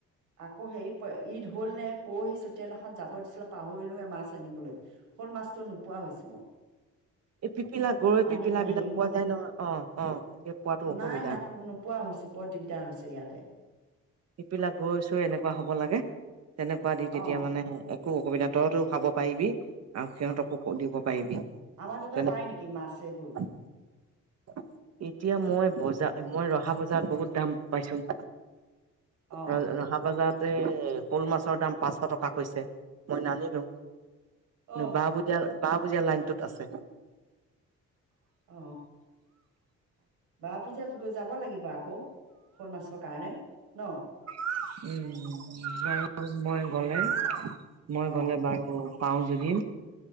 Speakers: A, on the right; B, on the right.
A: আকৌ হেৰি পৰে ঈদ হল নে পৰহি চতিয়াননাখন যাব দিছিলে পাহৰিলো এ মাছ আনিবলৈ হ'ল মাছতো নোপোৱা হৈছো
B: এই পিপিলা গৰৈ
A: পানী
B: পিপিলা
A: বা
B: বিলাক
A: হেৰি হোৱাৰ
B: পোৱা
A: পৰা
B: যায় নহয়, অ অ, এতিয়া পোৱাতো অসুবিধা।
A: নাই নাপ নোপোৱা হৈছো বৰ দিগদাৰ হৈছে ইয়াতে
B: পিপিলা গৰৈ-চৰৈ এনেকুৱা হ'ব লাগে। তেনেকুৱা দি তেতিয়া
A: অ
B: মানে, অ এ কো অসুবিধা, তওতো খাব পাৰিবি আৰু সিহঁতকো দিব পাৰিবি।
A: আমাৰ
B: <unintelligible>
A: তাতে পাই নেকি মাছ এইবোৰ
B: এতিয়া মই বজা মই ৰহ হা বজাৰত বহুত দাম পাইছোঁং।
A: অ
B: <unintelligible> তাতে শ'ল মাছৰ দাম পাঁচশ টকা কৈছে। মই নানিলোঁং।
A: অ
B: নবা পুজা বা পুজা লাইনটোত আছে।
A: অ, বা পুজাত গ যাব লাগিব আকৌ। শ'ল মাছৰ কাৰণে ন।
B: <unintelligible> উম বাৰু মই গ'লে মই
A: অ
B: গ'লে বাৰু পাওঁ যদি,